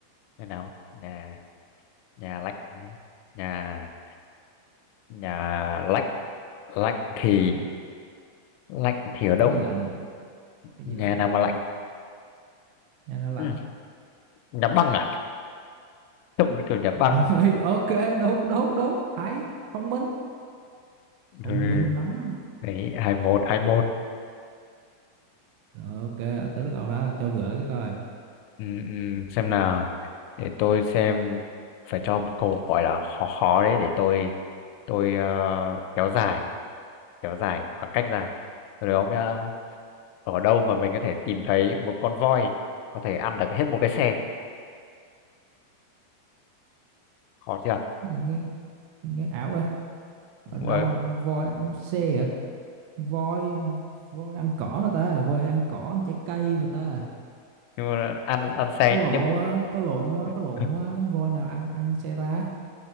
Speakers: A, on the left; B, on the right.
A: nhà nào ấy? nhà nhà lạnh nhá. nhà nhà lạnh lạnh thì
B: lạnh
A: lạnh thì ở đâu
B: cái gì lạnh cái
A: nhà
B: gì lạnh
A: nào mà lạnh
B: nhà nào lạnh
A: ừ, nhà băng à trông nó kiểu nhà băng
B: <laughs>
A: ấy.
B: rồi ok đúng đúng đúng hay thông minh thông
A: ừ.
B: minh lắm
A: đấy hai một hai một
B: rồi ok tới lúc ông đó cho gỡ cái coi
A: ừ, ừ, xem nào để tôi xem phải cho một câu gọi là khó khó đấy để tôi tôi ờ, kéo dài kéo dài khoảng cách ra rồi ông nhá ở đâu mà mình có thể tìm thấy một con voi có thể ăn được hết một cái xe khó chưa
B: gì nghe nghe ảo ấy ở đâu
A: Ờ,
B: mà con voi ăn xe à voi voi ăn cỏ mà ta voi ăn cỏ ăn trái cây mà ta
A: nhưng mà ăn
B: có
A: ăn xe
B: có lộn
A: nhưng
B: không á có lộn không á
A: <laughs>
B: có lộn không á voi nào ăn ăn xe ta